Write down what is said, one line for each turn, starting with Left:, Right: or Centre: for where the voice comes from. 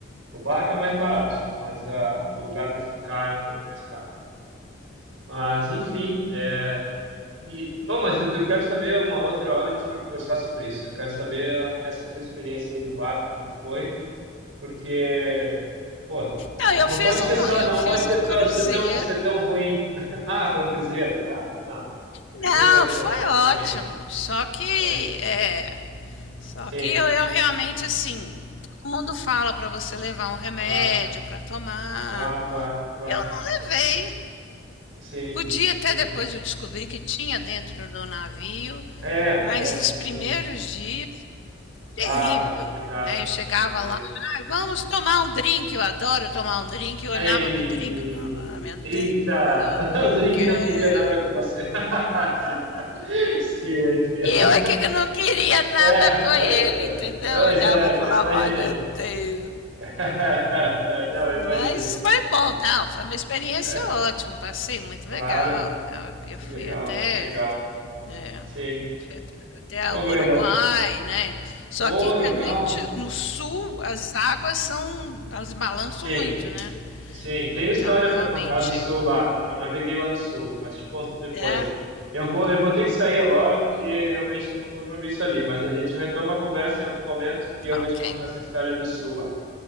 Right: O barco é mais barato,
Left: Hum.
Right: mas a, o lugar para ficar é um pouco mais caro. Mas, enfim, é, e, bom, mas eu eu quero saber, uma outra hora a gente vai conversar sobre isso. Eu quero saber essa tua experiência aí do barco, como foi. Porque, pô, não,
Left: Não, eu
Right: não
Left: fiz
Right: pode ser
Left: um,
Right: só,
Left: eu
Right: não
Left: fiz
Right: pode ser,
Left: um cruzeiro.
Right: tó- ser tão, ser tão ruim. <laughs> Ah, foi o Cruzeiro, tá. Não, Cruzeiro
Left: Não,
Right: é
Left: foi
Right: um pouco
Left: ótimo.
Right: diferente.
Left: Só que
Right: Pois,
Left: é, Só
Right: sim,
Left: que eu, eu realmente, assim, todo mundo fala para você levar um remédio
Right: claro,
Left: para tomar.
Right: claro, claro, claro.
Left: Eu não levei.
Right: Sim,
Left: Podia até
Right: sim.
Left: depois eu descobrir que tinha dentro do navio,
Right: É,
Left: mas
Right: é,
Left: nos primeiros
Right: sim.
Left: dias, terrível,
Right: Ah, foi complicado,
Left: né? Eu chegava
Right: eu imagino.
Left: lá, ah, vamos tomar um drink, eu adoro tomar um drink, eu
Right: Ai,
Left: olhava pro drink, eu falava, ah, meu Deus,
Right: eita, <laughs>
Left: não
Right: o Drink
Left: quero.
Right: não queria nada com você. <laughs> Sim, eu entendo.
Left: Eu é que não queria nada
Right: É,
Left: com
Right: foi,
Left: ele,
Right: foi.
Left: entendeu?
Right: Pois
Left: Eu olhava
Right: é,
Left: e
Right: eu
Left: falava,
Right: imaginei.
Left: ai meu Deus.
Right: <laughs> Não, eu
Left: Mas
Right: imagino.
Left: foi bom, não, foi uma experiência
Right: É,
Left: ótima, um passeio muito
Right: claro,
Left: legal. né? Eu
Right: que
Left: fui
Right: legal,
Left: até,
Right: que legal.
Left: é, a
Right: Sim.
Left: gente foi até- até
Right: Ô,
Left: o
Right: Glenda,
Left: Uruguai, né? Só
Right: pô,
Left: que
Right: legal.
Left: realmente no sul as águas são, elas balançam
Right: Sim,
Left: muito, né?
Right: sim. Tem
Left: Então
Right: história para
Left: realmente
Right: contar do sul lá, que eu naveguei lá no sul, mas te conto depois.
Left: é.
Right: Eu vou, eu vou ter que sair agora, porque realmente tem um compromisso ali, mas a gente retoma a conversa em algum momento e eu
Left: Ok.
Right: vou te contar essa história do sul lá.